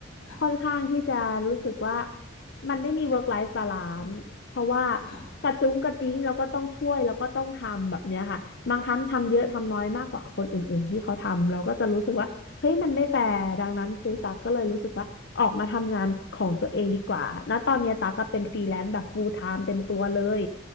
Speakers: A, on the left (about 80°); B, on the left (about 55°).
A: ค่ะ
B: ค่อนข้างที่จะรู้สึกว่ามันไม่มี work life balance เพราะว่า
A: ค่ะ
B: กระจุ้งกระจิ้งแล้วก็ต้องช่วยแล้วก็ต้องทำแบบเนี้ยค่ะบางครั้งทำเยอะทำน้อยมากกว่าคนอื่นๆที่เขาทำเราก็จะรู้สึกว่า เฮ้ยมันไม่แฟร์ดังนั้นคือตั๊กก็เลยรู้สึกว่าออกมาทำงานของตัวเองดีกว่าณตอนเนี้ยตั๊กก็เป็นฟรีแลนซ์แบบ full time เต็มตัวเลย